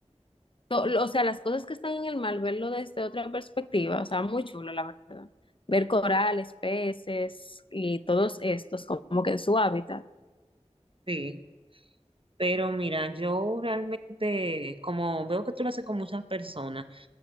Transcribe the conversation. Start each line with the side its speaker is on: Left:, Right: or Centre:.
Left: to- lo- o sea, las cosas que están en el mar, verlo desde otra perspectiva, o sea, muy chulo, la verdad. Ver corales, peces y todos estos como que en su hábitat.
Right: Sí, pero mira, yo realmente, como veo que tú lo haces con muchas personas,